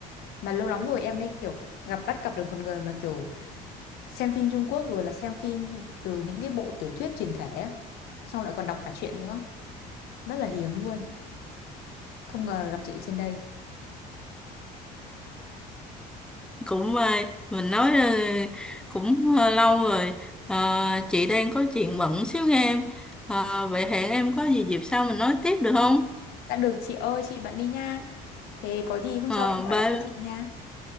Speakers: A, on the left (about 70°); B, in the centre.
A: Mà lâu lắm rồi em ấy kiểu gặp bắt gặp được một người mà kiểu xem phim Trung Quốc rồi là xem phim từ những cái bộ tiểu thuyết truyền thể á. xong lại còn đọc cả truyện nữa rất là hiếm luôn không ngờ gặp chị trên đây
B: cũng may mình nói ờ, cũng ờ, lâu rồi Ờ, chị đang có chuyện bận xíu nghe em Ờ, vậy hẹn em có gì dịp sau mình nói tiếp được không
A: đã được chị ơi chị bận đi nha thế có gì hôm
B: Ờ,
A: sau em gọi
B: bye
A: lại cho chị nha